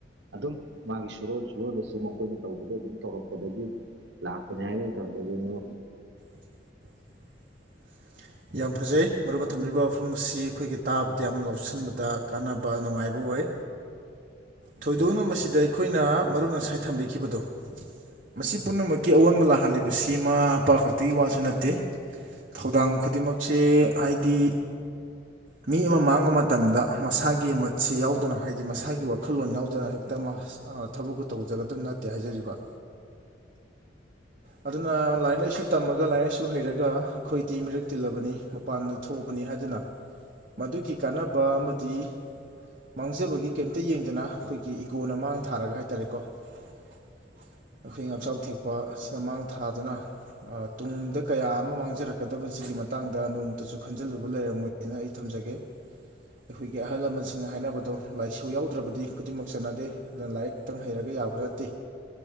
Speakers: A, on the right; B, on the right.
A: ꯑꯗꯨꯝ ꯃꯥꯒꯤ ꯁꯨꯔꯣꯟ ꯁꯨꯔꯣꯟꯗꯁꯨ ꯃꯈꯣꯏꯅ ꯇꯧꯕꯗꯒꯤ ꯑꯗꯨꯝ ꯇꯧꯔꯛꯄꯗꯒꯤ ꯂꯥꯛꯄꯅꯦ ꯍꯥꯢꯅ ꯊꯝꯖꯒꯦ ꯃꯔꯨꯞ
B: <inaudible> ꯌꯥꯝ ꯐꯖꯩ ꯃꯔꯨꯞꯅ ꯊꯝꯕꯤꯔꯤꯕ ꯋꯥꯐꯝ ꯑꯁꯤ ꯑꯩꯈꯣꯏꯒꯤ ꯇꯥꯕꯗ ꯌꯥꯝ ꯂꯧꯁꯤꯟꯕꯗ ꯀꯥꯟꯅꯕ ꯅꯨꯡꯉꯥꯏꯕ ꯑꯣꯏ ꯊꯣꯏꯗꯣꯛꯅ ꯃꯁꯤꯗ ꯑꯩꯈꯣꯏꯅ ꯃꯔꯨꯞꯅ ꯉꯁꯥꯏ ꯊꯝꯕꯤꯈꯤꯕꯗꯣ ꯃꯁꯤ ꯄꯨꯝꯅꯃꯛꯀꯤ ꯑꯑꯣꯟꯕ ꯂꯥꯛꯍꯜꯂꯤꯕꯁꯤ ꯏꯃꯥ ꯃꯄꯥ ꯈꯛꯇꯒꯤ ꯋꯥꯁꯨ ꯅꯠꯇꯦ ꯊꯧꯗꯥꯡ ꯈꯨ ꯈꯨꯗꯤꯡꯃꯛꯁꯦ ꯍꯥꯏꯗꯤ ꯃꯤ ꯑꯃ ꯃꯥꯡꯕ ꯃꯇꯝꯗ ꯃꯁꯥꯒꯤ ꯃꯠꯁꯦ ꯌꯥꯎꯗꯅ ꯍꯥꯏꯗꯤ ꯃꯁꯥꯒꯤ ꯋꯥꯈꯜꯂꯣꯟ ꯌꯥꯎꯗꯅ ꯍꯦꯛꯇ ꯃꯍꯥ ꯁꯤꯅ ꯊꯕꯛꯇꯨ ꯇꯧꯖꯒꯗꯕ ꯅꯠꯇꯦ ꯍꯥꯏꯖꯔꯤꯕ ꯑꯗꯨꯅ ꯂꯥꯏꯔꯤꯛ ꯂꯥꯏꯁꯨ ꯇꯝꯃꯒ ꯂꯥꯏꯔꯤꯛ ꯂꯥꯏꯁꯨ ꯍꯩꯔꯒ ꯑꯩꯈꯣꯏꯗꯤ ꯃꯤꯔꯛ ꯇꯤꯜꯂꯕꯅꯤ ꯃꯄꯥꯟꯗ ꯊꯣꯛꯑꯕꯅꯤ ꯍꯥꯏꯗꯨꯅ ꯃꯗꯨꯒꯤ ꯀꯥꯟꯅꯕ ꯑꯃꯗꯤ ꯃꯥꯡꯖꯕꯒꯤ ꯀꯩꯝꯇ ꯌꯦꯡꯗꯅ ꯑꯩꯈꯣꯏꯒꯤ ꯏꯒꯣꯅ ꯃꯥꯡ ꯊꯥꯔꯒ ꯍꯥꯏꯇꯥꯔꯦꯀꯣ <inaudible> ꯑꯩꯈꯣꯏꯒꯤ ꯉꯆꯥꯎ ꯊꯦꯛꯄ ꯑꯁꯤꯅ ꯃꯥꯡ ꯊꯥꯗꯨꯅ ꯑ ꯇꯨꯡꯗ ꯀꯌꯥ ꯑꯃ ꯃꯥꯡꯖꯔꯛꯀꯗꯕꯁꯤꯒꯤ ꯃ ꯃꯇꯥꯡꯗ ꯅꯣꯡꯃꯇꯁꯨ ꯈꯟꯖꯤꯜꯂꯨꯕ ꯂꯩꯔꯝꯃꯣꯏꯅ ꯑꯩ ꯊꯝꯖꯒꯦ ꯑꯩꯈꯣꯏꯒꯤ ꯑꯍꯜ ꯂꯃꯟꯁꯤꯡꯅ ꯍꯥꯏꯅꯕꯗꯣ ꯂꯥꯏꯁꯨ ꯌꯥꯎꯗ꯭ꯔꯕꯗꯤ ꯈꯨꯗꯤꯡꯃꯛꯇ ꯆꯠꯅꯗꯦ ꯑꯗꯨꯅ ꯂꯥꯏꯔꯤꯛꯇꯪ ꯍꯩꯔꯒ ꯌꯥꯕ ꯅꯠꯇꯦ